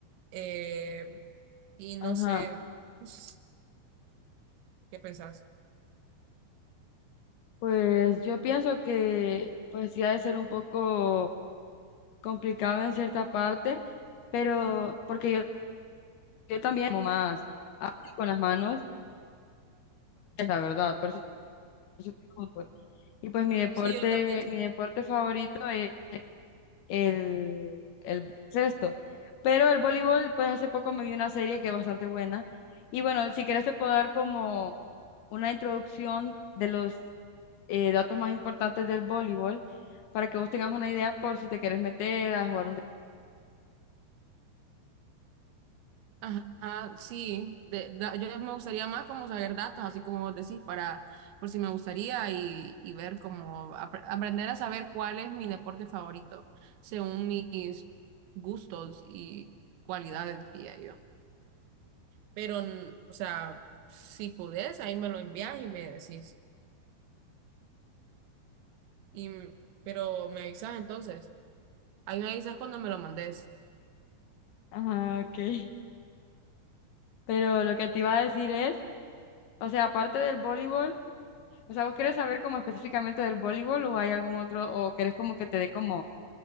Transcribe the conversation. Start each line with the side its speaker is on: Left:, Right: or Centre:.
Right: Eh, y no
Left: Ajá.
Right: sé, pues, ¿qué pensás?
Left: Pues yo pienso que pues sí ha de ser un poco complicado en cierta parte, pero porque yo, yo también como más ágil con las manos, es la verdad, por eso, por eso juego fútbol. Y pues mi deporte,
Right: Sí, yo también.
Left: mi deporte favorito es el, el baloncesto. Pero el voleibol, pues hace poco me vi una serie que es bastante buena. Y bueno, si quieres te puedo dar como una introducción de los eh, datos más importantes del voleibol para que vos tengas una idea por si te quieres meter a jugar un deporte.
Right: Ajá, sí, de- da- yo me gustaría más como saber datos, así como vos decís, para, por si me gustaría y, y ver cómo apre- aprender a saber cuál es mi deporte favorito, según mis gustos y cualidades, diría yo. Pero, n- o sea, si podés, ahí me lo envías y me decís. Y, m- pero me avisas entonces, ahí me avisas cuando me lo mandes.
Left: Ajá, ok. <laughs> Pero lo que te iba a decir es, o sea, aparte del voleibol, o sea, ¿vos querés saber como específicamente del voleibol o hay algún otro, o querés como que te dé como,